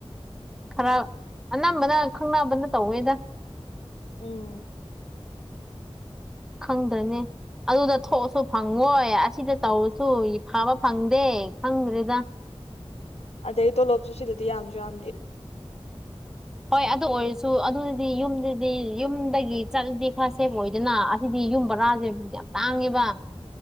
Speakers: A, in the centre; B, on the left (about 85°).
A: ꯈꯔ ꯑꯅꯝꯕꯅ ꯈꯪꯅꯕꯅ ꯇꯧꯋꯦꯗ
B: ꯎꯝ
A: ꯈꯪꯗ꯭ꯔꯅꯦ ꯑꯗꯨꯗ ꯊꯣꯛꯑꯁꯨ ꯐꯪꯉꯣꯏ ꯑꯁꯤꯗ ꯇꯧꯔꯁꯨ ꯐꯕ ꯐꯪꯗꯦ ꯈꯪꯗ꯭ꯔꯦꯗ
B: ꯑꯗꯩ ꯇꯣꯂꯣꯞꯁꯨ ꯁꯤꯗꯗꯤ ꯌꯥꯝꯖꯨ ꯌꯥꯝꯗꯦ
A: ꯍꯣꯏ ꯑꯗꯨ ꯑꯣꯏꯔꯁꯨ ꯑꯗꯨꯗꯤ ꯌꯨꯝꯗꯗꯤ ꯌꯨꯝꯗꯒꯤ ꯆꯠꯂꯗꯤ ꯈꯔ ꯁꯦꯐ ꯑꯣꯏꯗꯅ ꯑꯁꯤꯗꯤ ꯌꯨꯝ ꯕꯔꯥꯖꯦ ꯌꯥꯝ ꯇꯥꯡꯉꯦꯕ